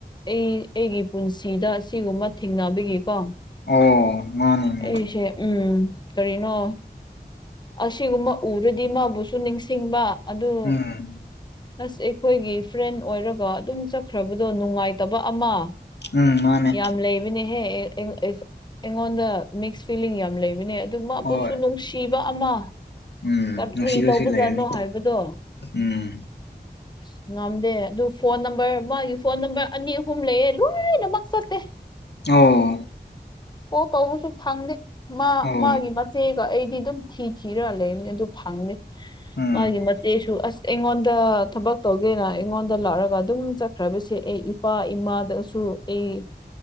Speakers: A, on the left; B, on the left.
A: ꯑꯩ ꯑꯩꯒꯤ ꯄꯨꯟꯁꯤꯗ ꯁꯤꯒꯨꯝꯕ ꯊꯦꯡꯅꯕꯤꯒꯀꯣ
B: ꯑꯣ ꯃꯥꯅꯦ ꯃꯥꯅꯦ
A: ꯑꯩꯁꯦ ꯎꯝ ꯀꯔꯤꯅꯣ ꯑꯁꯤꯒꯨꯝꯕ ꯎꯔꯗꯤ ꯃꯥꯕꯨꯁꯨ ꯅꯤꯡꯁꯤꯡꯕ ꯑꯗꯨ
B: ꯎꯝ
A: ꯅꯁ ꯑꯩꯈꯣꯏꯒꯤ ꯐ꯭ꯔꯦꯟ ꯑꯣꯏꯔꯒ ꯑꯗꯨꯝ ꯆꯠꯈ꯭ꯔꯕꯗꯣ ꯅꯨꯡꯉꯥꯏꯇꯕ ꯑꯃ
B: ꯎꯝ ꯃꯥꯅꯦ
A: ꯌꯥꯝ ꯂꯩꯕꯅꯦꯍꯦ ꯑꯩꯉꯣꯟꯗ ꯃꯤꯛꯁ ꯐꯤꯂꯤꯡ ꯌꯥꯝ ꯂꯩꯕꯅꯦ ꯑꯗꯨꯃꯛꯕꯨꯁꯨ
B: ꯍꯣꯏ
A: ꯅꯨꯡꯁꯤꯕ ꯑꯃ
B: ꯎꯝ
A: ꯀꯔꯤ
B: ꯅꯨꯡꯁꯤꯕꯁꯨ
A: ꯇꯧꯕꯖꯥꯠꯅꯣ
B: ꯂꯩꯔꯅꯤ
A: ꯍꯥꯏꯕꯗꯣ
B: ꯎꯝ
A: <inaudible> ꯉꯝꯗꯦ ꯑꯗꯨ ꯐꯣꯟ ꯅꯝꯕꯔ ꯃꯥꯒꯤ ꯐꯣꯟ ꯅꯝꯕꯔ ꯑꯅꯤ ꯑꯍꯨꯝ ꯂꯩꯌꯦꯦ ꯂꯣꯏꯅꯃꯛ ꯆꯠꯇꯦ <inaudible>
B: ꯑꯣ
A: ꯀꯣ ꯇꯧꯕꯁꯨ ꯐꯪꯗꯦ ꯃꯥ
B: ꯑꯣ
A: ꯃꯥꯒꯤ ꯃꯆꯦꯒ ꯑꯩꯗꯤ ꯑꯗꯨꯝ ꯊꯤ ꯊꯤꯔꯒ ꯂꯩꯕꯅꯤ ꯑꯗꯨ ꯐꯪꯅꯤ
B: ꯎꯝ
A: ꯃꯥꯒꯤ ꯃꯆꯦꯁꯨ ꯑꯁ ꯑꯩꯉꯣꯟꯗ ꯊꯕꯛ ꯇꯧꯒꯦꯅ ꯑꯩꯉꯣꯟꯗ ꯂꯥꯛꯑꯒ ꯑꯗꯨꯝ ꯆꯠꯈ꯭ꯔꯕꯁꯦ ꯑꯩ ꯏꯄꯥ ꯏꯃꯥꯗ ꯇ ꯑꯩ